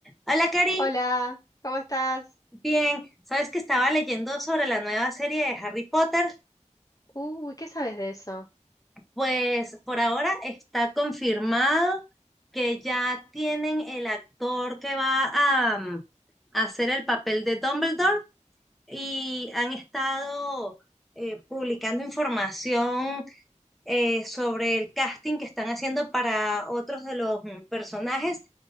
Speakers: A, in the centre; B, on the left.
A: Hola, Cari.
B: Hola, ¿cómo estás?
A: Bien, sabes que estaba leyendo sobre la nueva serie de Harry Potter.
B: Uy, ¿qué sabes de eso?
A: Pues por ahora está confirmado que ya tienen el actor que va a, mm, a hacer el papel de Dumbledore y han estado eh, publicando información eh, sobre el casting que están haciendo para otros de los mm, personajes.